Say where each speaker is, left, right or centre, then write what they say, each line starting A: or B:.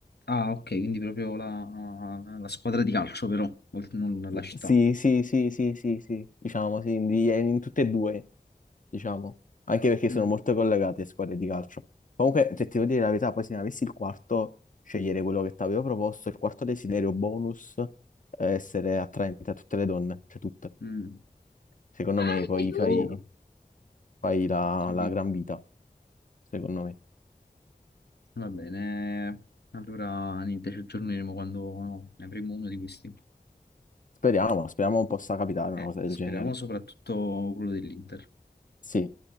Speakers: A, on the left; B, on the left.
A: Ah, ok, quindi proprio la, la squadra di calcio però, oltre- non la città.
B: Sì, sì, sì, sì, sì, sì, diciamo, sì, in, in tutte e due, diciamo. Anche perché sono
A: Mm,
B: molto collegate le squadre di calcio. Comunque, se ti devo dire la verità, poi se ne avessi il quarto, scegliere quello che ti avevo proposto, il quarto desiderio bonus, eh, essere attraente a tutte le donne, cioè tutte.
A: mm,
B: Secondo
A: Parli
B: me poi
A: ho tu!
B: fai,
A: capito,
B: fai la,
A: ho capito.
B: la gran vita, secondo me.
A: Va bene, allora niente, ci aggiorneremo quando ne avremo uno di questi.
B: Speriamo, speriamo possa capitare una
A: Eh,
B: cosa del
A: speriamo
B: genere.
A: soprattutto quello dell'Inter.
B: Sì,